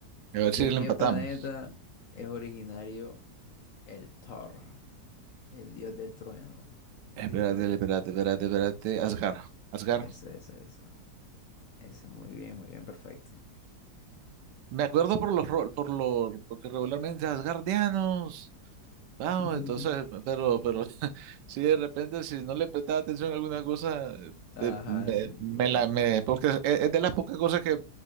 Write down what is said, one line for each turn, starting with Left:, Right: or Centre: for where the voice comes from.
Right: A ver
Left: ¿De
Right: si la
Left: qué
Right: empatamos.
Left: planeta es originario el Thor, el dios del trueno? ¿De
Right: Espérate,
Left: qué planeta?
Right: espérate, espérate, espérate. Asgard, Asgard.
Left: Ese, ese, ese. Ese, muy bien, muy bien, perfecto.
Right: Me acuerdo por los rol, por los, porque regularmente asgardianos. Vamos,
Left: <laughs>
Right: entonces, pero, pero <laughs> si de repente, si no le prestaba atención a alguna cosa,
Left: Ajá,
Right: te- me,
Left: sí,
Right: me
Left: igual.
Right: la, me, porque es, es de las pocas cosas que